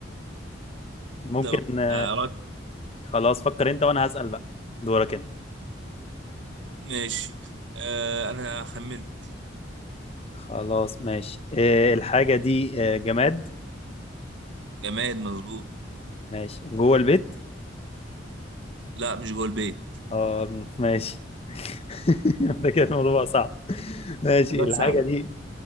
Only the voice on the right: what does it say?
طب
آه
ماشي آه انا خمنت
جماد مظبوط
لا مش جوه البيت
حاجات
سهله